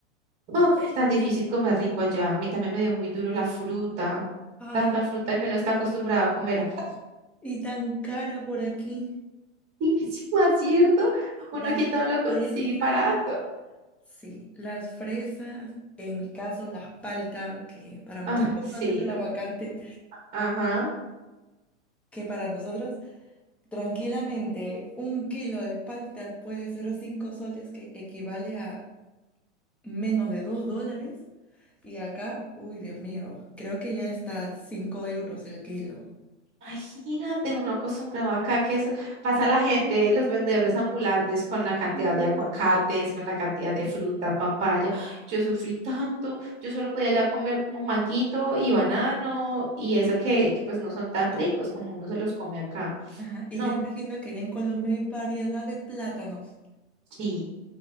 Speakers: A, on the right (about 30°); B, in the centre.
A: ¡ah! tan difícil comer rico allá. A mí también me dio muy duro la fruta,
B: Ay,
A: tanta fruta
B: sí.
A: que uno está acostumbrado a comer acá.
B: Y tan cara por aquí.
A: <laughs> Más cierto, uno
B: Las
A: aquí todo lo consigue
B: Fresas.
A: barato.
B: Sí, las fresas, en mi caso las paltas, que para muchas
A: Ah,
B: personas
A: sí,
B: es el
A: la,
B: aguacate,
A: ajá.
B: que para nosotros tranquilamente un kilo de paltas puede ser cinco soles, que equivale a menos de dos dólares. Y acá, uy, Dios mío, creo que ya está cinco euros el kilo.
A: Imagínate, uno acostumbrado acá que eso pasa la gente, los vendedores ambulantes con la cantidad
B: Mm.
A: de aguacates, con la cantidad de fruta, papaya. Yo sufrí tanto, yo solo podía ya comer como manguito y banano y eso que, que pues no son tan ricos como uno se los come acá.
B: Ajá, Y
A: No,
B: yo imagino que ya en Colombia hay variedad de plátanos.
A: sí,